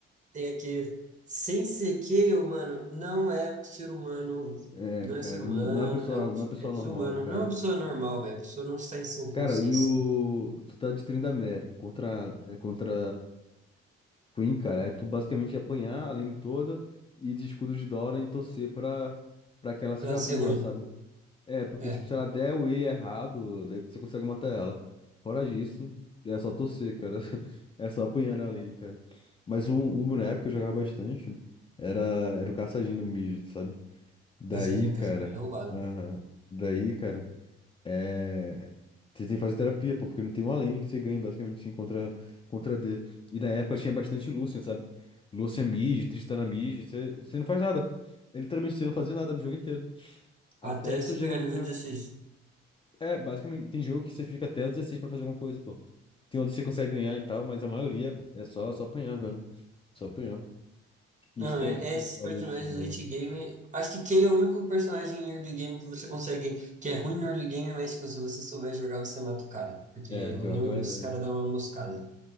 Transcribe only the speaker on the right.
tem aqui, sem ser Kayle, mano, não é ser humano,
não
é ser humano,
é, um-
é desumano,
não é uma pessoa normal, velho, a pessoa não está em sã consciência,
pra ela ser
ruim,
é,
caçadinho,
caçadinho, é roubado.
Até
você
pegar
nível 16.
Não,
é,
é
esses
personagens
do
late game. Acho que Kay é o único personagem em early game que você consegue, que é ruim no early game, mas tipo, se você souber jogar, você mata o cara. Porque
eu,
normalmente
os caras dão uma moscada.